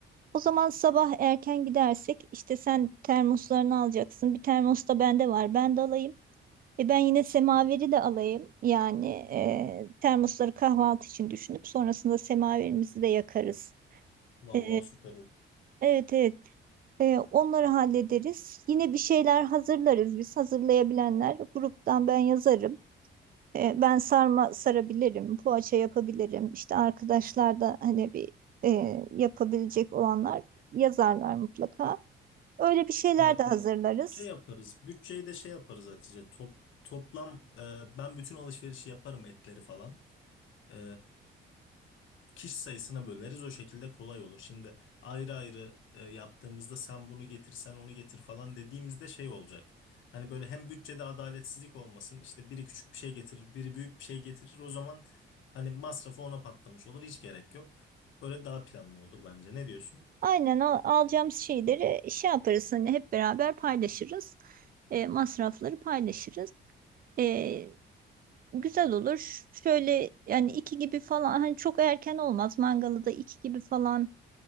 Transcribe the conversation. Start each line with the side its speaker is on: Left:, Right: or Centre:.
Right: O zaman sabah erken gidersek işte sen termoslarını alacaksın. Bir termos da bende var. Ben de alayım. E ben yine semaveri de alayım. Yani e, termosları kahvaltı için düşünüp sonrasında semaverimizi de yakarız.
Left: Vallahi
Right: E,
Left: süper olur.
Right: evet evet. E, onları hallederiz. Yine bir şeyler hazırlarız biz. Hazırlayabilenler gruptan ben yazarım. E, ben sarma sarabilirim, poğaça yapabilirim. İşte arkadaşlar da hani bir e, yapabilecek olanlar yazarlar mutlaka. Öyle bir şeyler
Left: Evet
Right: de hazırlarız.
Left: evet. Şey yaparız. Bütçeyi de şey yaparız Hatice. Top, toplam e, ben bütün alışverişi yaparım etleri falan. E, kişi sayısına böleriz o şekilde kolay olur. Şimdi ayrı ayrı e, yaptığımızda sen bunu getir sen onu getir falan dediğimizde şey olacak. Hani böyle hem bütçede adaletsizlik olmasın işte biri küçük bir şey getirir biri büyük bir şey getirir o zaman hani masrafı ona patlamış olur hiç gerek yok. Böyle daha planlı olur bence ne diyorsun?
Right: Aynen al- alacağımız şeyleri şey yaparız hani hep beraber paylaşırız. E, masrafları paylaşırız. E, güzel olur. Şöyle yani iki gibi falan hani çok erken olmaz. Mangalı da iki gibi falan